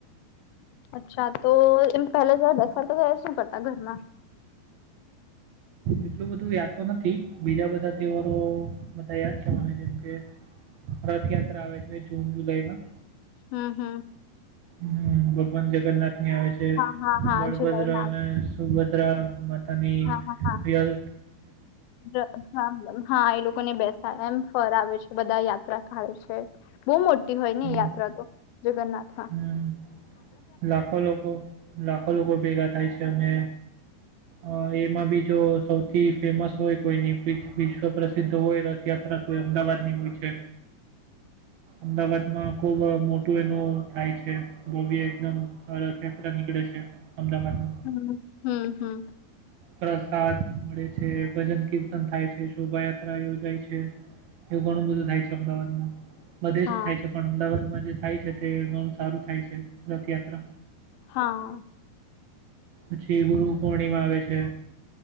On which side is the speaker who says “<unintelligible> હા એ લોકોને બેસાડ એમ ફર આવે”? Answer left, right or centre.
Left